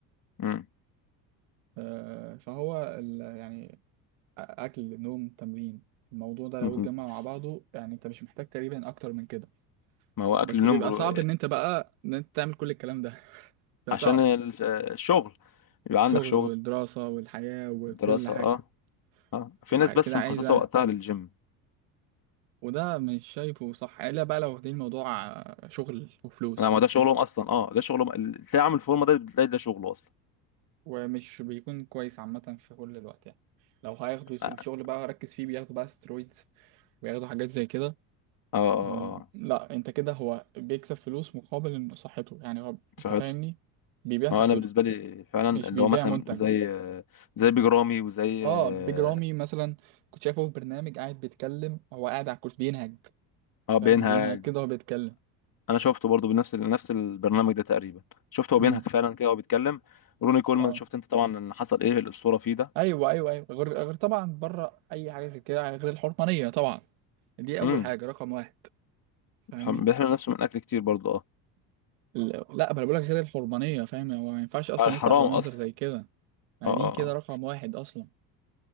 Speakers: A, on the left; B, on the right.
A: امم
B: آه فهو ال يعني أ- اكل نوم تمرين الموضوع ده لو
A: <laughs>
B: اتجمع مع بعضه يعني انت مش محتاج تقريبا اكتر من كده
A: ما هو أكل
B: بس
A: ونوم
B: بيبقى
A: برو-
B: صعب ان انت بقى ان انت تعمل كل الكلام ده <laughs> ده
A: عشان
B: صعب
A: ال- آه، الشغل يبقى
B: الشغل
A: عندك شغل
B: والدراسة والحياة وكل
A: دراسة
B: حاجة
A: اه اه في
B: بتبقى
A: ناس بس
B: كده
A: مخصصه
B: عايزة
A: وقتها للجيم
B: وده مش شايفه صح الا بقى لو واخدين الموضوع شغل وفلوس
A: لا ما ده شغلهم اصلا اه ده شغلهم ال- تلاقي عامل فورمه ده بتلاقي ده شغله اصلا
B: ومش بيكون كويس عامة في كل الوقت يعني لو هياخدوا
A: اه
B: الشغل بقى ركز فيه بياخدوا بقى سترويدز وياخدوا حاجات زي كده
A: اه اه
B: أه لا انت كده هو بيكسب فلوس مقابل إن صحته يعني هو انت
A: صحته
B: فاهمني بيبيع
A: اه
B: صحته
A: انا بالنسبه لي فعلا
B: مش
A: اللي
B: بيبيع
A: هو مثلا
B: منتج
A: زي زي بيج رامي وزي
B: اه
A: اه
B: بيج رامي مثلا كنت شايفه في برنامج قاعد بيتكلم هو قاعد على الكرسي بينهج
A: آه،
B: فاهم
A: بينهج
B: بينهج كده وهو بيتكلم
A: انا شفته برضو بنفس نفس البرنامج ده تقريبا شفته هو
B: امم
A: بينهج فعلا كده وهو بيتكلم روني كولمان
B: اه
A: شفت انت طبعا ان حصل ايه الاسطوره فيه ده
B: ايوه ايوه ايوه غير غير طبعا بره اي حاجه غير كده غير الحرمانيه طبعا دي اول
A: امم
B: حاجه رقم واحد فاهمني
A: بيحرم نفسه من اكل كتير برضو اه
B: ال- لا ما انا بقولك غير الحرمانيه فاهم هو ما ينفعش اصلا
A: الحرام
B: يطلع بمنظر
A: اصلا
B: زي كده يعني
A: اه
B: دي
A: اه
B: كده رقم واحد اصلا